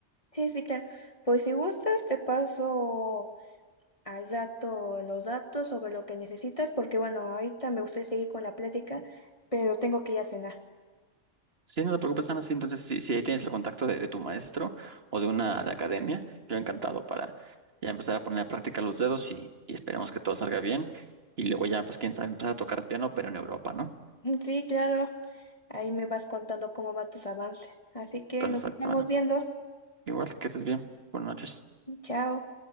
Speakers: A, on the left (about 25°); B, on the right (about 55°).
A: Sí, sí, claro. Pues si gustas, te paso al dato, los datos sobre lo que necesitas, porque bueno, ahorita me gustaría seguir con la plática, pero tengo que ir a cenar.
B: Sí, no te preocupes, Ana. Sí, entonces, si, si ahí tienes el contacto de, de tu maestro o de una de academia, yo encantado para ya empezar a poner a práctica los dedos y, y esperemos que todo salga bien. Y luego ya, pues quién sabe, empezar a tocar piano, pero en Europa, ¿no?
A: Sí, claro. Ahí me vas contando cómo van tus avances. Así que
B: Perfecto,
A: nos estamos
B: Ana.
A: viendo.
B: Igual, que estés bien. Buenas noches.
A: Chao.